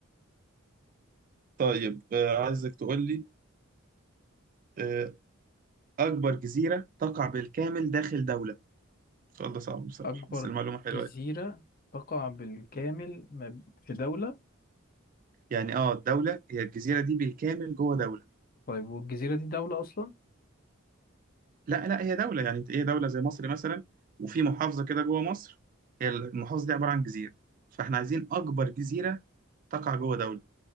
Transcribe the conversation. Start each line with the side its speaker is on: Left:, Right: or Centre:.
Right: طيب آه، عايزك تقول لي آه، أكبر جزيرة تقع بالكامل داخل دولة السؤال ده صعب
Left: <laughs>
Right: بصراحة
Left: أكبر
Right: بس المعلومة حلوة
Left: جزيرة تقع بالكامل ما- في دولة
Right: يعني اه الدولة هي الجزيرة دي بالكامل جوه دولة
Left: طيب والجزيرة دي دولة أصلا؟
Right: لا لا هي دولة يعني هي دولة زي مصر مثلا وفي محافظة كده جوه مصر هي المحافظة دي عبارة عن جزيرة فاحنا عايزين أكبر جزيرة تقع جوه دولة